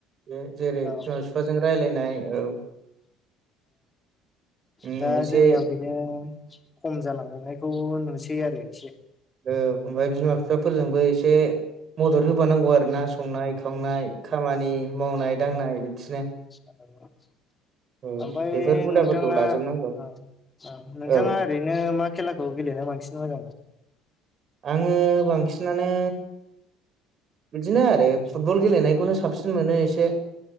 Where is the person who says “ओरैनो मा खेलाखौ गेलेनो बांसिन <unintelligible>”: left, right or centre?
Left